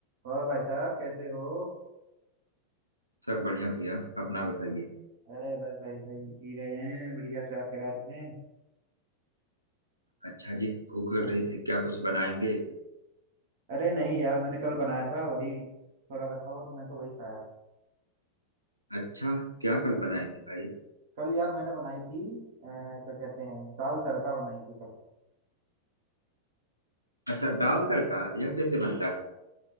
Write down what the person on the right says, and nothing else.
और भाई साहब कैसे हो
अरे बस भाई भाई जी रहे हैं बढ़िया से आपके राज में
हाँ।
अरे नहीं यार मैंने कल बनाया था वही थोड़ा रखा हुआ तो मैं तो वही खाया
हाँ।
कल यार मैंने बनाई थी अ, क्या कहते हैं दाल तड़का बनाई थी कल
हम्म।